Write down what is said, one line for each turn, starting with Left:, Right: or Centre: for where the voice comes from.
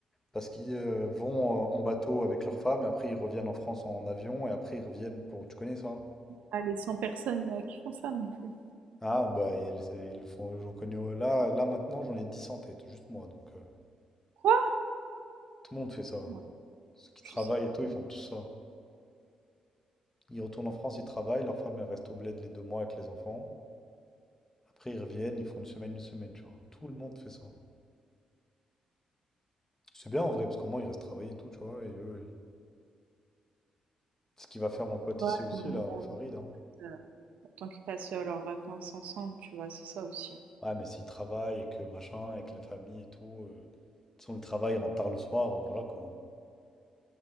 Left: Parce qu'ils euh, vont euh, en bateau avec leurs femmes, et après ils reviennent en France en avion, et après ils reviennent pour... Tu connais ça?
Right: pas les 100 personnes euh, qui font ça non plus.
Left: Ah, bah ils, c'est- ils le font, j'en connais... euh, Là, là maintenant, j'en ai 10 en tête, juste moi. Donc euh,
Right: Quoi?
Left: tout le monde fait ça.
Right: Ouais,
Left: Ceux qui travaillent
Right: je sais
Left: et tout, ils font tout ça. Ils retournent en France, ils travaillent, leur femme elle reste au bled les deux mois avec les enfants. Après ils reviennent, ils font une semaine, une semaine, tu vois. Tout le monde fait ça. C'est bien en vrai, parce qu'au moins ils restent travailler et tout, tu vois. Et eux, ils- Ce qu'il va faire mon pote
Right: pas.
Left: ici
Right: Ouais,
Left: aussi, là,
Right: mais bon,
Left: Farid. hein.
Right: euh, autant qu'ils passent euh, leurs vacances ensemble, tu vois, c'est ça aussi.
Left: Ouais, mais s'il travaille et que machin, avec la famille et tout, euh, de toute façon, le travail rentre tard le soir, euh, voilà quoi.